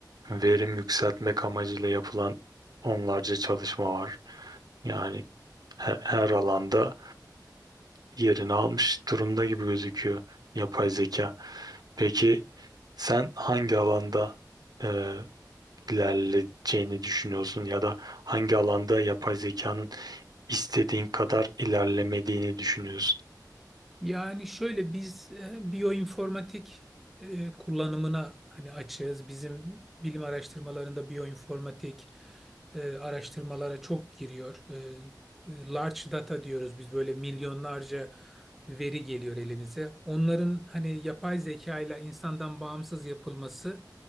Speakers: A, on the right; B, in the centre.
A: verim yükseltmek amacıyla yapılan onlarca çalışma var. Yani he- her alanda yerini almış durumda gibi gözüküyor yapay zeka. Peki sen hangi alanda e, ilerleyeceğini düşünüyorsun ya da hangi alanda yapay zekanın istediğin kadar ilerlemediğini düşünüyorsun?
B: Yani şöyle biz e, biyoinformatik e, kullanımına hani açığız. Bizim bilim araştırmalarında biyoinformatik e, araştırmalara çok giriyor. E, e, large data diyoruz biz böyle milyonlarca veri geliyor elimize. Onların hani yapay zeka ile insandan bağımsız yapılması